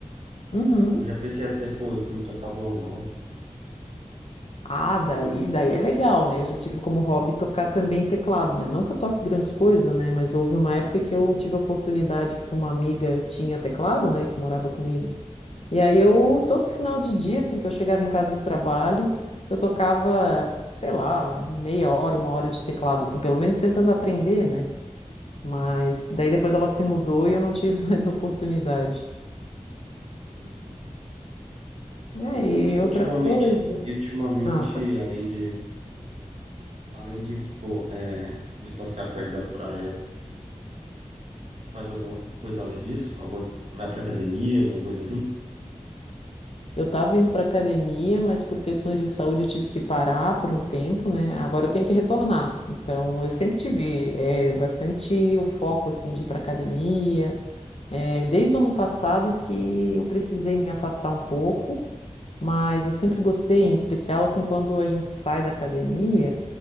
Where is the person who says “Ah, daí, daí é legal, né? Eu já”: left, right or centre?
Left